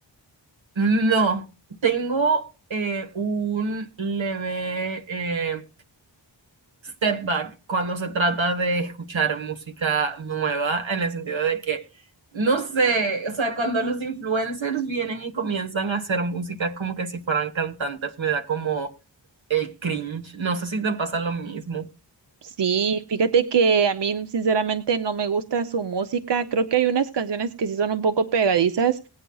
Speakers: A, on the right; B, on the right.
A: No, tengo eh, un leve eh, step back cuando se trata de escuchar música nueva, en el sentido de que, no sé, o sea, cuando los influencers vienen y comienzan a hacer música como que si fueran cantantes, me da como el cringe. No sé si te pasa lo mismo.
B: Sí, fíjate que a mí sinceramente no me gusta su música. Creo que hay unas canciones que sí son un poco pegadizas